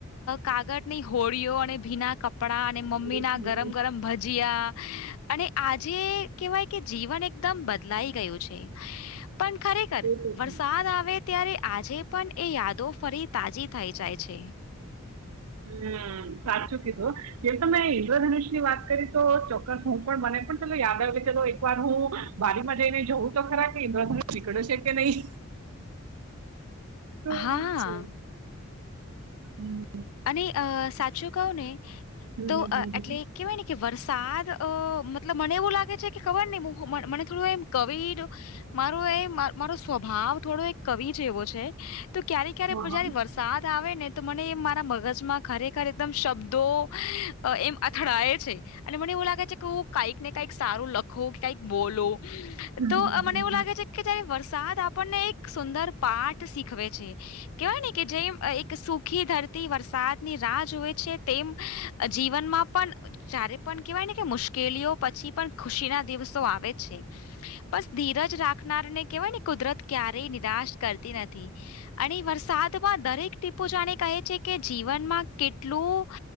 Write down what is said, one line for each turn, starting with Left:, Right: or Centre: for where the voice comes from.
Left: કાગળ ની હોળીઓ અને ભીના કપ આપણા અને મમ્મી
Right: અરે હા
Left: ના ગરમ ગરમ ભજીયા અને આજે કેહેવાય કે જીવન એકદમ બદલાઈ ગયું છે પણ ખરેખર
Right: એ તો
Left: વરસાદ
Right: છે
Left: આવે આવે ત્યારે આજે પણ એ યાદો ફરી તાજી થઈ જાય છે
Right: હમ્મ સાચું કીધું એ તમે ઇન્દ્રધનુષ ની વાત કરી તો ચોક્કસ હું પણ બને પણ ચલો યાદ આવે તો એક વાર હું બારી માં જઈને જવું તો ખરા કે ઇન્દ્ર ધનુષ નીકડે છે કે નહી ગમ
Left: હા
Right: છે હમ્મ
Left: અને સાચું કઉ ને
Right: હમ
Left: તો
Right: હમ હમ હમ
Left: એટલે કેવાય ને કે વરસાદ અ મતલબ મને એવું લાગે છે કે ખબર નહું મને થોડું એમ કવિડ મારો એ મારો સ્વભાવ થોડો એક કવિ જેવો છે તો ક્યારે ક્યારે
Right: હા હા
Left: જયારે વરસાદ આવે ને તો મને એમ મગજમાં ખરેખર એકદમ શબ્દો એમ અથડાય છે અને મને એવું લાગે છે કે હું કઈક ને કઈક સારું લખું કે કઈક બોલો
Right: હમ
Left: તો
Right: હમ
Left: મને
Right: હમ
Left: એવું લાગે છે કે જયારે વરસાદ આપણને એક સુંદર પાઠ શીખવે છે કેવાય ને કે જે એક સુખી ધરતી વરસાદની રાહ જોએ છે તેમ જીવનમાં પણ જારે પણ કેવાય ને કે મુશ્કેલીઓ પછી પણ ખુશી ના દિવસો આવે છે બસ ધીરજ રાખનારને કેહેવાય ને કુદરત ક્યારેય નિરાશ કરતી નથી અને વરસાદમાં દરેક ટીપો જાણે કહે છે કે જીવનમાં કેટલું